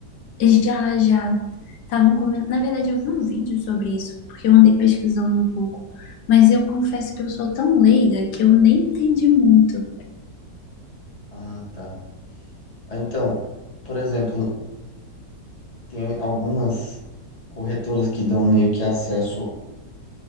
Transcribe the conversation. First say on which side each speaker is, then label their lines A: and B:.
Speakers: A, on the left; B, on the left.
A: Já, já. Estavam comentando. Na verdade, eu vi um vídeo sobre isso, porque eu andei pesquisando um pouco. Mas eu confesso que eu sou tão leiga que eu nem entendi muito.
B: Ah, tá. Ah, Então, por exemplo, tem algumas corretoras que dão meio que acesso,